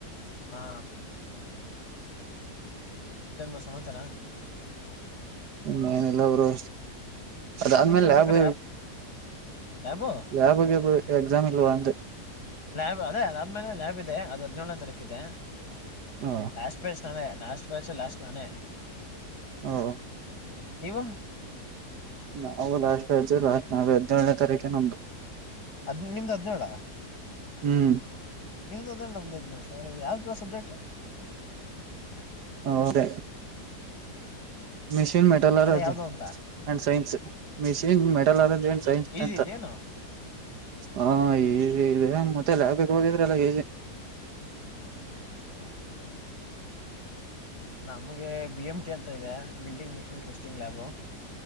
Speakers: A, on the left; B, on the right.
A: ಹಾ. ಮತ್ತೇನ್ ಬ್ರೋ ಸಮಾಚಾರ.
B: ಹ್ಮ ಏನಿಲ್ಲ ಬ್ರೋ. ಅದಾದ್ಮೇಲೆ
A: ನಿಮ್ಗ ಅನ್ಸೋ
B: ಲ್ಯಾಬ್
A: ಪ್ರಕಾರ ಯಾವ್ದ್ ಲ್ಯಾಬು
B: ಲ್ಯಾಬ್ಗ ಎಕ್ಸಾಮ್ ಇಲ್ವಾ. <unintelligible>
A: ಲ್ಯಾಬ್ ಅದೇ ಅದಾದ್ಮೇಲೆ ಲ್ಯಾಬ್ ಇದೆ ಅದು ಹದಿನೇಳನೇ ತಾರೀಕು ಇದೆ
B: ಓ
A: ಲಾಸ್ಟ್ ಪೇಸ್ಟ್ ತಾನೆ. ಲಾಸ್ಟ್ ಬ್ಯಾಚ್ ಲಾಸ್ ನಾನೆ.
B: ಹೂ.
A: ವೂ
B: ನಾವು ಲಾಸ್ಟ್ ಆಯ್ತುವಿ ಲಾಸ್ಟ್ ನ ಹದಿನೇಳನೇ ತಾರೀಕ ನಮ್ದು.
A: ಹದ್ ನಿಮ್ದು ಹದ್ನೇಳ
B: ಹ್ಮ್
A: ನಿಮ್ದು ಹದಿನೇಳ ನಿಮ್ದು ಹದ್ನೇಳ. ಯಾವ್ದ ಸಬ್ಜೆಕ್ಟು.
B: ಹದ ಮಿಷನ್ ಮೆಟಲ್ಲ
A: ಅಲ್ಲೇ
B: ರ ಅದು.
A: ಯಾವ್ದು ಅಂತ
B: ಅಂಡ್ ಸೈನ್ಸ್ ಮೆಷಿನ್
A: ಹಾ
B: ಮೆಡಲ್
A: ಹಾ ಹಾ
B: ಆದ್ದಂಡ್ ಸೈನ್ಸ್
A: ಈಸಿ
B: ಅಂತ.
A: ಇದೇನು
B: ಹಾ ಈ ಇ ಮತ್ತೆಲ್ಲ ಲ್ಯಾಬಿಗೆ ಹೋಗಿದ್ರಲ್ಲ ಏ ಜಿ.
A: ಹ ಹಾ ಹಾ. ಮತ್ತ ನಮ್ಗೆ ಬಿ ಎಂ ಟ ಅಂತ ಇದೆ ಬಿಲ್ಡಿಂಗ್ ಬಿಲ್. Testing lab.